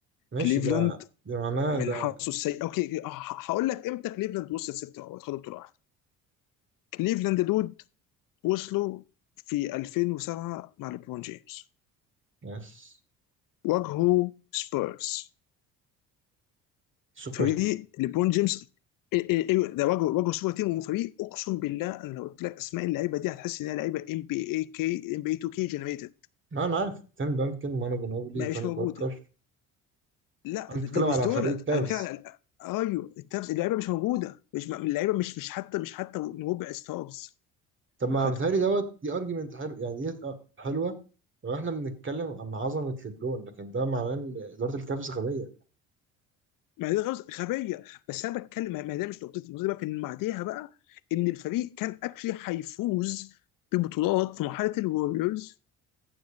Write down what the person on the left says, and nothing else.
كليفلاند
من
حظه السيء اوكي ه- هقول لك امتى كليفلاند وصلت ست او خدوا بطوله واحده كليفلاند دود وصلوا في 2007 مع ليبرون جيمس
واجهوا سبيرز
فريق
ليبرون جيمس إيه إيه إيه ده واجهوا واجهوا سوبر تيم وفريق اقسم بالله انا لو قلت لك اسماء اللعيبه دي هتحس ان هي لعيبه ام بي اي كي ام بي 2 كي جنريتد
ما
مش موجوده
لا
ده
مش
دولت
انا بتكلم على ايوه التابس اللعيبه مش موجوده مش اللعيبه مش مش حتى مش حتى ربع ستارز
وخدوا
ما دي غلط- غبيه بس انا بتكلم ما ما ده مش نقطتي نقطتي بقى في ان بعديها بقى ان الفريق كان اكشلي هيفوز ببطولات في مرحله الوريورز